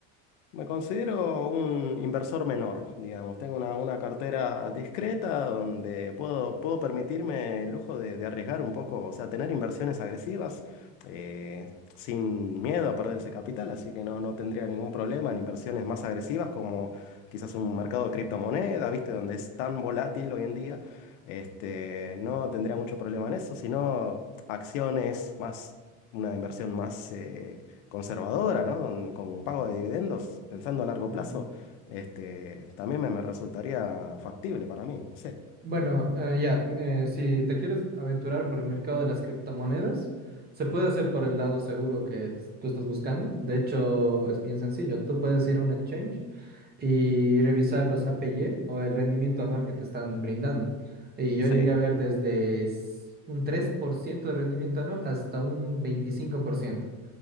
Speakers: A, on the left; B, on the right.
A: Me considero un inversor menor, digamos. Tengo una, una cartera discreta donde puedo, puedo permitirme el lujo de, de arriesgar un poco, o sea, tener inversiones agresivas eh, sin miedo a perder ese capital, así que no, no tendría ningún problema en inversiones más agresivas como quizás un mercado de criptomonedas, ¿viste? Donde es tan volátil hoy en día. Este, no tendría mucho problema en eso, sino acciones más, una inversión más... eh, conservadora, ¿no? Don- con un pago de dividendos, pensando a largo
B: Mm,
A: plazo, este, también me, me resultaría factible para mí, no sé.
B: Bueno, eh, ya, eh, si te quieres aventurar por el mercado de las criptomonedas, se puede hacer por el lado seguro que t- tú estás buscando. De hecho, es bien sencillo. Tú puedes ir a un exchange y revisar los APY o el rendimiento anual que te están brindando. Y yo
A: Sí,
B: llegué a ver desde s- un 3% de rendimiento anual hasta un 25%.